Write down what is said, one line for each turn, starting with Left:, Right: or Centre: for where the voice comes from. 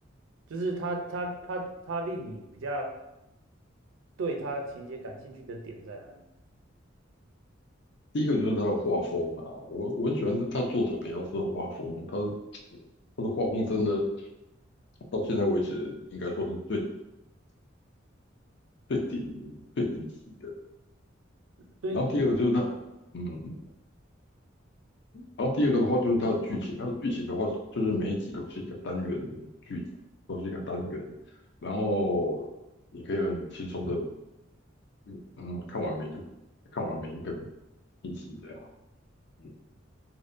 Right: 就是他他他他令你比较对他情节感兴趣的点在哪里？
Left: 第一个就是他的画风啊，我我很喜欢他他作者比较司的画风，他他的画风真的到现在为止应该说是最最顶最顶级的。
Right: 所以
Left: 然后第二个就是他，嗯，嗯然后第二个的话就是他的剧情，他的剧情的话就是每一集都是一个单元剧集都是一个单元，然后你可以很轻松的，嗯嗯，看完每一看完每一个一集这样，嗯，